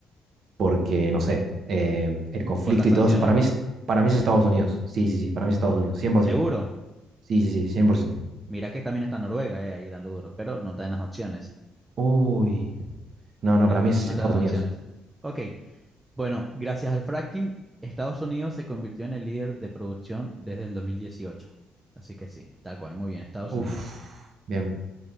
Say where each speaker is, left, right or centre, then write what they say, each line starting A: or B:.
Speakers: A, on the right; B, on the right.
A: porque, no sé, eh, el conflicto
B: Por las sanciones.
A: y todo eso, para mí, es- para mí es Estados Unidos. Sí, sí, sí, para mí es Estados Unidos, 100%.
B: Seguro.
A: Sí, sí, sí, 100%.
B: Mira que también está Noruega, eh, ahí dando duro, pero no está en las opciones.
A: Uy, no,
B: Pero
A: no, para mí es
B: no
A: Estados
B: está en las
A: Unidos.
B: opciones. Ok. Bueno, gracias al fracking, Estados Unidos se convirtió en el líder de producción desde el 2018. Así que sí, tal cual. Muy bien, Estados
A: Uf,
B: Unidos.
A: bien.